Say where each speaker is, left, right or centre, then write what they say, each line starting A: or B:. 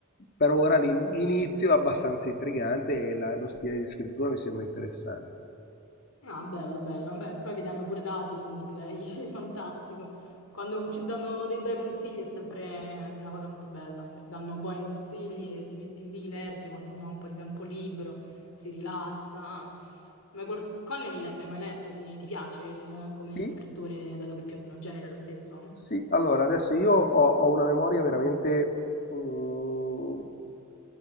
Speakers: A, on the left; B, on the left.
A: per ora l'in- l'inizio è abbastanza intrigante e la- lo stile di scrittura mi sembra interessante.
B: Ah, bello, bello. Beh, poi te li hanno pure dati, quindi direi <laughs> fantastico. Quando ci danno dei bei consigli è sempre una cosa molto bella. Ti Danno buoni consigli e ti metti lì, leggi quando uno ha un po' di tempo libero, si rilassa. Ma col Connelly l'hai mai letto? Ti, ti piace il- come
A: Sì,
B: scrittore, dato che più o meno il genere è lo stesso?
A: sì, allora adesso io ho, ho una memoria veramente mm,